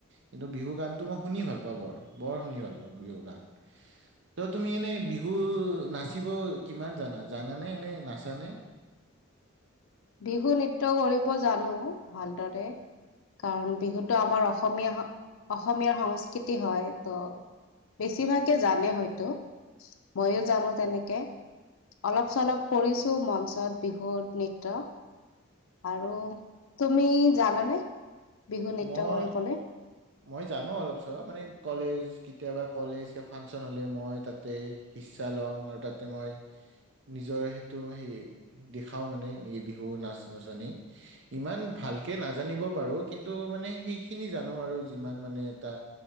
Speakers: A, on the right; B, on the left.
A: কিন্তু বিহু গানতটো মই শুনি ভাল পাওঁ বৰ, বৰ শুনি ভাল পাওঁ বিহু গান। ত' তুমি এনে বিহু নাচিব কিমান জানা? জানানে? এনে নাচানে?
B: বিহু নৃত্য কৰিব জানো ভালদৰে কাৰণ বিহুতো আমাৰ অসমীয়া অসমীয়াৰ সংস্কৃতি হয় ত' বেছিভাগে জানে হয়তো ময়ো জানো তেনেকে অলপ চলপ কৰিছো মঞ্চত বিহু নৃত্য ত আৰু তুমি জানানে বিহু নৃত্য
A: মই,
B: কৰিবলৈ
A: মই জানো অলপ চলপ মানে কলেজ কেতিয়াবা কলেজ ফাংচন হলে মই তাতে সিচ্ছা লওঁ আৰু তাতে মই নিজৰ সেইটো সেই দেখাও মানে বিহু নাচ নাচনি ইমান ভালকে নাজানিব পাৰো কিন্তু মানে সেইখিনি জানো আৰু যিমান মানে এটা,